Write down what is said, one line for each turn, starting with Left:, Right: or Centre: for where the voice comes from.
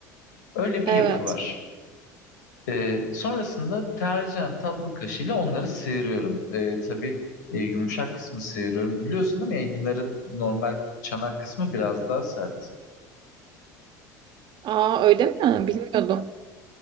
Left: Öyle bir
Right: Evet.
Left: yapı var. Ee, sonrasında tercihen tatlı kaşığıyla onları sıyırıyorum. Ee, tabii e, yumuşak kısmı sıyırıyorum. Biliyorsun değil mi? Enginarın normal çanak kısmı biraz daha sert.
Right: Aa öyle mi? Bilmiyordum.